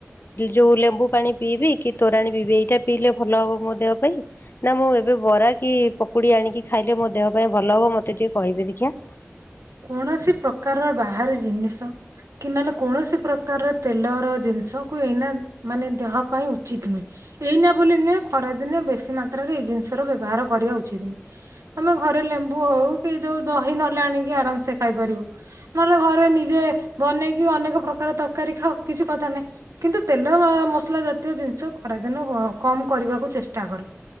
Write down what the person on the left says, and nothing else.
ଯୋଉ ଲେମ୍ବୁ ପାଣି ପିଇବି କି ତୋରାଣି ପିଇବି ଏଇଟା ପିଇଲେ ଭଲ ହବ ମୋ ଦେହ ପାଇଁ। ନା ମୁଁ ଏବେ ବରା କି ପକୁଡ଼ି ଆଣିକି ଖାଇଲେ ମୋ ଦେହ ପାଇଁ ଭଲ ହବ ମୋତେ ଟିକେ କହିବେ ଦେଖିଆ।